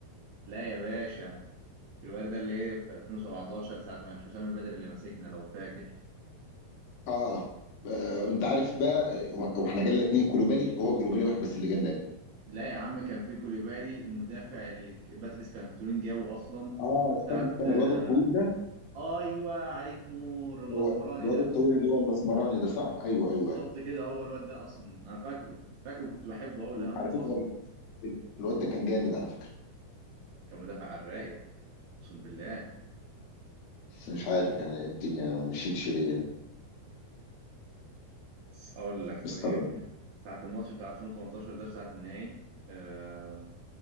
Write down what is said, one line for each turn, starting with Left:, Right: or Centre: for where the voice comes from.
Right: لا يا باشا كوليبالي ده اللي هي في 2017 ساعه ما كان حسام البدري اللي ماسكنا لو فاكر
Left: اه آه، انت عارف بقى آه، واحنا جالنا اتنين كولوبالي هو كولوبالي واحد بس اللي جالنا يا ابني.
Right: لا يا عم كان في كوليبالي المدافع اللي ك- باتريس كارترون جابه اصلا
Left: اه
Right: ساعه
Left: استنى استنى
Right: آه،
Left: الواد الطويل ده
Right: ايوه عليك نور الاسمراني
Left: هو الواد
Right: ده
Left: الطويل اللي هو الاسمراني ده صح؟ ايوه
Right: بالظبط
Left: ايوه ايوه
Right: كده هو الواد ده اصلا انا فاكره فاكره كنت بحبه قوي لانه
Left: على فكره
Right: اصلا
Left: الواد ده كان جامد على فكره
Right: كان مدافع على الرايق اقسم بالله
Left: بس مش عارف يعني الدنيا مشيتش ليا
Right: بس اقول لك
Left: مستغرب
Right: طيب ساعة الماتش بتاع 2018 ده بتاعة النهائي آه